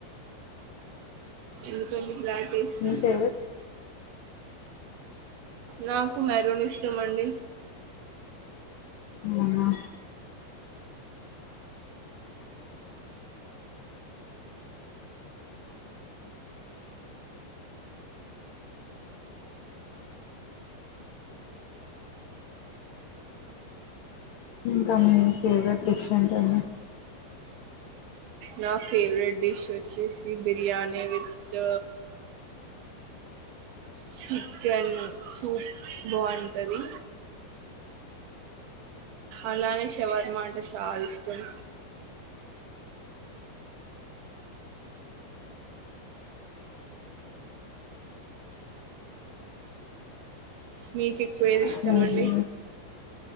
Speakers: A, on the right; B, on the left.
A: ఎందుకండి బ్లాక్ ఇష్టం
B: మీ ఫేవరెట్
A: నాకు మెరూన్ ఇష్టం అండి
B: అవునా ఇంకా మీ ఫేవరెట్ డిష్ ఏంటండీ
A: నా ఫేవరెట్ డిష్ వచ్చేసి బిర్యానీ విత్ చికెన్ సూప్ బాగుంటది అలానే శషవర్మాంట చాలా ఇష్టం మీకు ఎక్కువ ఏది
B: సరే,
A: ఇష్టామండి